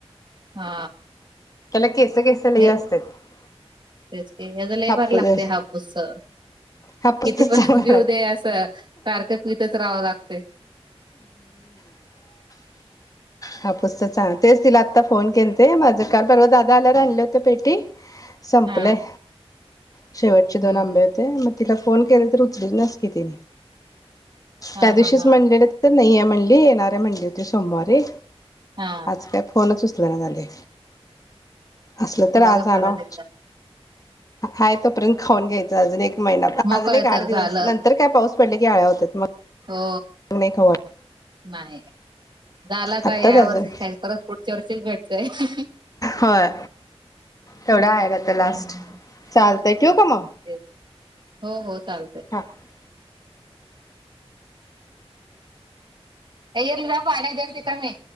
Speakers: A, on the right; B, on the left.
A: हा
B: त्याला केस केस लई
A: हे
B: असतात
A: तेच की हयच लयभारी
B: हापूस
A: लागतय हापूसच
B: हापूस
A: किती
B: तर चांगला
A: पण पिऊ
B: लाग
A: दे असं सारखं पीतच राहावं लागते
B: हापुसचच चांगल तेच तिला आत्ता फोन केलते माझं काल परवा दादा आल्यावर आणले होत पेटी संपलंय
A: हा
B: शेवटचे दोन
A: हम्म
B: आंबे होते मग तिला फोन केला तर उचलीनाच की ती
A: हा
B: त्या दिवशीच
A: हा हा
B: म्हणलेलं तर नाहीये म्हणली येणार आहे म्हणली. ते सोमवारी
A: हा
B: आज काय फोनच उचल जरा झालय. असलं तर आज
A: बघा
B: आणाव.
A: परत एकदा
B: हाय तोर्यंत खाऊन घ्यायचं अजून एक महिनाभर
A: मकय
B: अजून एक आठ
A: तर
B: दिवस
A: झालं
B: नंतर काय पाऊस पडले की आळ्या होत्यात मग.
A: हो.
B: नाही खाऊ वाटत
A: नाही झाला होता
B: आत्ताच
A: या वर्षीच
B: अजून
A: <unintelligible> परत पुढच्या वर्षीच भेट <unintelligible>
B: होय तेवढं आहेत आता लास्ट
A: हम्म,
B: चाल ठेवू का मग?
A: तेच हो होत चालतय.
B: हा
A: हे घे तुला पाणी देते थांब मी